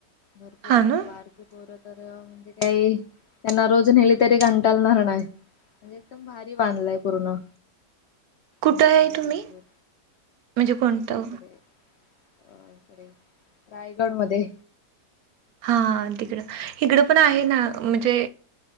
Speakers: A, on the left (about 80°); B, on the right (about 70°).
A: भरपूर
B: हां
A: लोकं,
B: ना.
A: बारकी पोरं तर म्हणजे, काही त्यांना रोज नेली तरी कंटालनार नाय. म्हणजे एकदम भारी बांधलाय पूर्ण.
B: कुठं
A: मोठा आहे
B: तुम्ही?
A: भरपूर,
B: म्हणजे कोणतं?
A: आमच्या इकडे. अ इकडे रायगड मध्ये.
B: हा तिकडं, हिकडं पण आहे ना म्हणजे